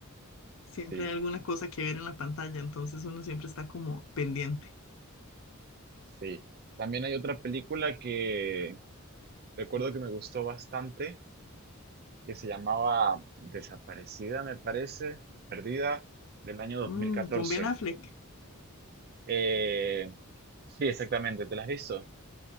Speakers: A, on the left (about 65°); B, on the right (about 45°).
A: siempre
B: sí,
A: hay alguna cosa que ver en la pantalla, entonces uno siempre está como pendiente.
B: sí. También hay otra película que recuerdo que me gustó bastante, que se llamaba Desaparecida, me parece, Perdida, del año dos
A: Mm,
B: mil catorce
A: con Ben Affleck.
B: Eh, Sí, exactamente, ¿te las has visto?